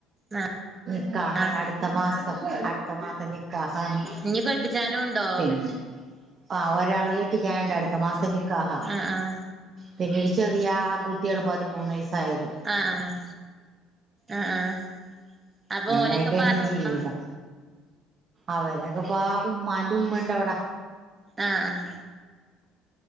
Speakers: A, on the right (about 20°); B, on the right (about 40°).
A: ആഹ്
B: നിക്കാഹാണ്
A: ആഹ്
B: അടുത്ത മാസം. അടു ത്ത മാസം നികാഹാണ്.
A: ഇഞ്ഞ് കെട്ടിച്ചാനും ഉണ്ടോ
B: പിന്നെ ആഹ് ഒരാള് കെട്ടിക്ക്യാൻണ്ട്. അടുത്ത മാസം നിക്കാഹാ.
A: ആഹ് ആഹ്
B: പിന്നെ ഈ ചെറിയ ആ കുട്ടിയാണ് പതിമൂന്ന് വയസ്സായത്.
A: ആഹ് ആഹ് ആഹ് ആഹ്. അപ്പൊ
B: അങ്ങനെയൊക്കെയാണ്
A: ഓലെക്കെ ഇപ്പാര നോക്കാ.
B: ജീവിതം അവരൊക്കെ ഇപ്പാ ഉമ്മാന്റെ ഉമ്മണ്ടവിട.
A: ആഹ് ആഹ്.